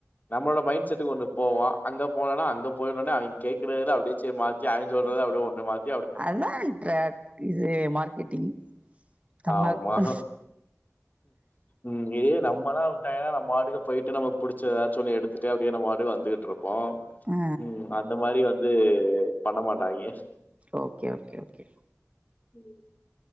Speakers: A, on the left; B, on the right.
A: நம்முளோட மைண்ட் செட்டுக்கு ஒண்ணு போவோ அங்க போனனா அங்க போய் சொன்னனா அவிங் கேக்குறதுல அப்டியே செரி மாத்தி அவிய் சொல்றத அப்டியே ஒன்று மாத்
B: அதாங்க ட்ரேக் இது மார்க்கெட்டிங் தம்மாக்கு
A: ஆமா உம் இதுவே நம்மெல்லா விட்டாயிங்குனா நம்ம வாட்டுக்கு போயிட்டு நம்ம புடிச்ச எதாச்சு ஒன்னு எடுத்துட் ட்டு அப்டியே நம்ம வாட்டுக்கு வந்துட்ருப் போ
B: ஆ
A: உம் அந்த மாதிரி வந் த்து பண்ண மாட்டாயிங்க
B: ஓகே ஓகே ஓகே
A: உம்